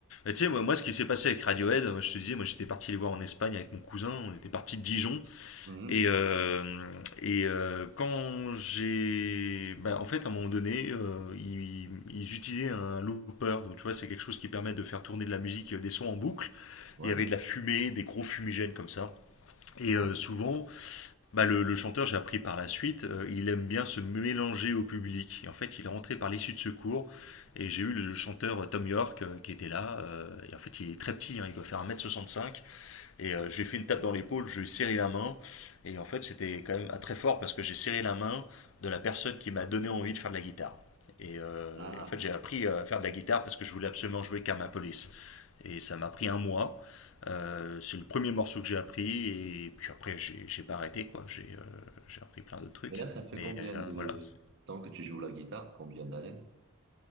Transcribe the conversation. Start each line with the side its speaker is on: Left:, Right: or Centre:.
Left: Et tu sais, moi, moi, ce qui s'est passé avec Radiohead, moi, je te disais, moi, j'étais parti les voir en Espagne avec mon cousin, on était parti de Dijon.
Right: Mhm.
Left: Et, euh, et euh, quand j'ai. Bah, en fait, à un moment donné, euh, ils, ils utilisaient un looper. Donc, tu vois, c'est quelque chose qui permet de faire tourner de la musique, euh, des sons en boucle.
Right: Ouais.
Left: Il y avait de la fumée, des gros fumigènes comme ça. Et euh,
Right: ouais.
Left: souvent, bah, le, le chanteur, j'ai appris par la suite, euh, il aime bien se mélanger au public. Et en fait, il est rentré par l'issue de secours. Et j'ai eu le chanteur euh, Tom York euh, qui était là. euh, et en fait, il est très petit, hein, il doit faire un mètre soixante-cinq. Et euh, je lui ai fait une tape dans l'épaule, je lui ai serré la main. Et en fait, c'était quand même ah, très fort parce que j'ai serré la main de la personne qui m'a donné envie de faire de la guitare. Et, euh,
Right: Ah.
Left: et en fait, j'ai appris à faire de la guitare parce que je voulais absolument jouer Karma Police. Et ça m'a pris un mois. Euh, c'est le premier morceau que j'ai appris et puis après j'ai j'ai pas arrêté quoi. J'ai euh, j'ai appris plein de trucs.
Right: Et là, ça fait
Left: Mais
Right: combien
Left: euh,
Right: de
Left: voilà. c'est-
Right: temps que tu joues la guitare? Combien d'années?